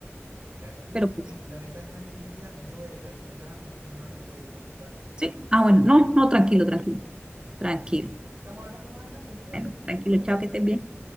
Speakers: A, on the right; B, on the right.
A: Claro.
B: pero pues,
A: Oye, lamentablemente, quería, debo de dejarte hasta acá. Me están llamando, te voy a contestar
B: sí,
A: con urgencia,
B: ah, bueno, no,
A: parte
B: no,
A: de trabajo.
B: tranquilo, tranquilo, tranquilo.
A: Así que estamos hablando más adelante. Cuídate,
B: Bueno, tranquilo,
A: estés muy bien.
B: chao, que estés bien.